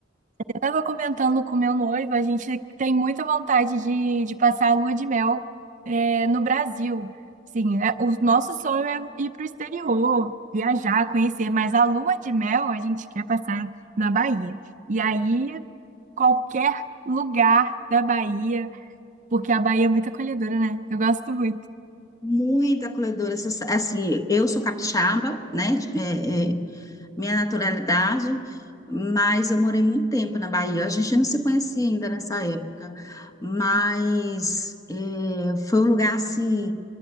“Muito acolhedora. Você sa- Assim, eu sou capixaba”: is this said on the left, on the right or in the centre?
Left